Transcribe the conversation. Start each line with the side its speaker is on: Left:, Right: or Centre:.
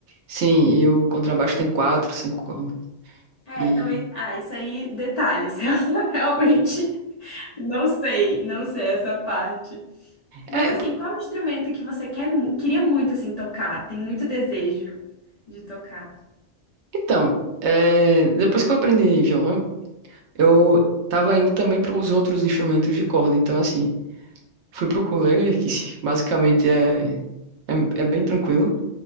Right: Sim, e o contrabaixo tem quatro, cinco cordas.
Left: É,
Right: E...
Left: também. Ah, isso aí, detalhes. <laughs> Eu realmente não sei, não sei essa parte. Mas
Right: É,
Left: assim, qual é o instrumento que você quer, mu- queria muito assim tocar? Tem muito desejo de tocar.
Right: então, é, depois que eu aprendi violão, eu tava indo também para os outros instrumentos de corda. Então, assim, fui pro ukulele, que basicamente é, é, é bem tranquilo.